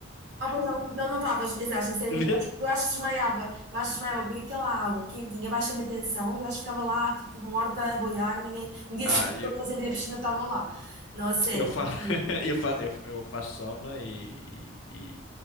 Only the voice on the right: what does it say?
Ah, pois não, não, não estavas, exato, sinceramente,
eu acho, eu acho que desmaiava, eu acho que desmaiava, porque aquela água quentinha baixa-me a tensão, eu acho que ficava lá, tipo, morta, a boiar, ninguém, no dia
seguinte,
eu sempre ir à piscina, eu estava lá, não, a sério,
porque,